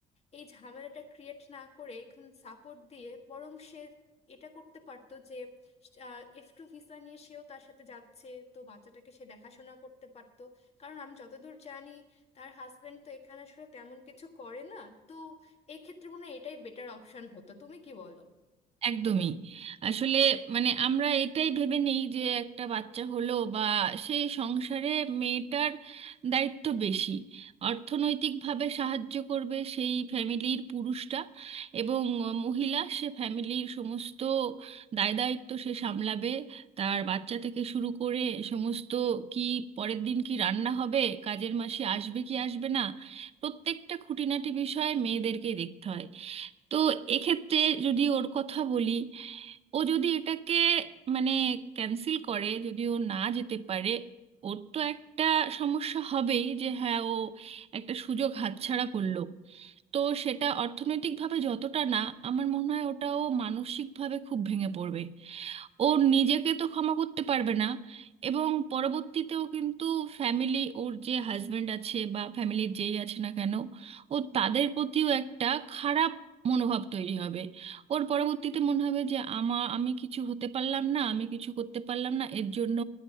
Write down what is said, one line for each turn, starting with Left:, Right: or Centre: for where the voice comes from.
Left: এই ঝামেলাটা ক্রিয়েট না করে এখন সাপোর্ট দিয়ে বরং সে এটা করতে পারতো যে এফ টু ভিসা নিয়ে সেও তার সাথে যাচ্ছে তো বাচ্চাটাকে সে দেখাশোনা করতে পারতো কারণ আমি যতদূর জানি তার হাজবেন্ড তো এখানে আসলে তেমন কিছু করে না তো এই ক্ষেত্রে মনে হয় এটাই বেটার অপশন হতো তুমি কি বলো
Right: একদমই আসলে মানে আমরা এটাই ভেবে নেই যে একটা বাচ্চা হলো বা সেই সংসারে মেয়েটার দায়িত্ব বেশি অর্থনৈতিকভাবে সাহায্য করবে সেই ফ্যামিলির পুরুষটা এবং মহিলা সে ফ্যামিলির সমস্ত দায় দায়িত্ব সে সামলাবে তার বাচ্চা থেকে শুরু করে সমস্ত কি পরের দিন কি রান্না হবে কাজের মাসে আসবে কি আসবে না প্রত্যেকটা খুঁটিনাটি বিষয়ে মেয়েদেরকেই দেখতে হয় তো এক্ষেত্রে যদি ওর কথা বলি ও যদি এটাকে মানে ক্যান্সেল করে যদি ও না যেতে পারে ওর তো একটা সমস্যা হবেই যে হ্যাঁ ও একটা সুযোগ হাতছাড়া করলো তো সেটা অর্থনৈতিকভাবে যতটা না আমার মনে হয় ওটাও মানসিকভাবে খুব ভেঙে পড়বে ও নিজেকে তো ক্ষমা করতে পারবে না এবং পরবর্তীতেও কিন্তু ফ্যামিলি ওর যে হাজবেন্ড আছে বা ফ্যামিলির যেই আছে না কেন ও তাদের প্রতিও একটা খারাপ মনোভাব তৈরি হবে ওর পরবর্তীতে মনে হবে যে আমার আমি কিছু হতে পারলাম না আমি কিছু করতে পারলাম না এর জন্য